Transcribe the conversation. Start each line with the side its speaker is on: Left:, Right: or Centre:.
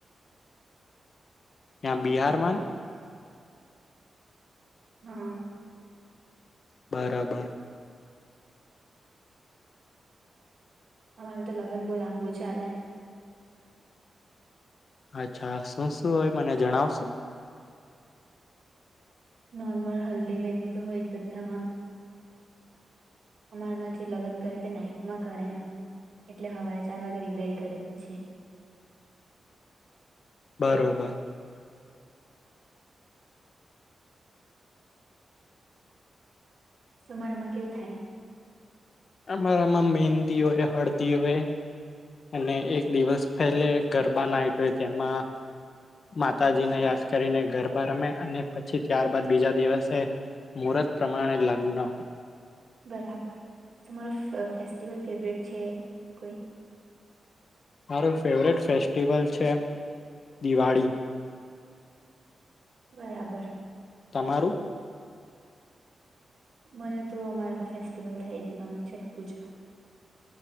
Left: હ બિહારમાં
Right: હા
Left: બરાબર
Right: અમારે તો લગ્ન બહુ લાંબુ ચાલે
Left: અચ્છા શું શું હોય મને જણાવશો
Right: નોર્મલ હલ્દી મેંદી તો હોય જ બધામાં અમારામાં જે લગ્ન કરે તે નાઈટમાં કરે એમ એટલે સવારે ચાર વાગે દઈ કરે પછી
Left: બરોબર
Right: તમારામાં કેવું થાય
Left: અમારામાં મહંદી હોય હળદી હોય અને એક દિવસ પહેલે ગરબા નાઈટ જેમાં માતાજીને યાદ કરીને ગરબા રમે અને પછી ત્યારબાદ બીજા દિવસે મુહૂર્ત પ્રમાણે લગ્ન હોય
Right: બરાબર તમારો ફેસ્ટિવલ ફેવરેટ છે કોઈ
Left: મારું ફેવરેટ ફેસ્ટિવલ છે દિવાળી
Right: બરાબર
Left: તમારું
Right: મને તો અમારે ત્યાં ફેસ્ટિવલ થાય છે ગમે છઠ પૂજા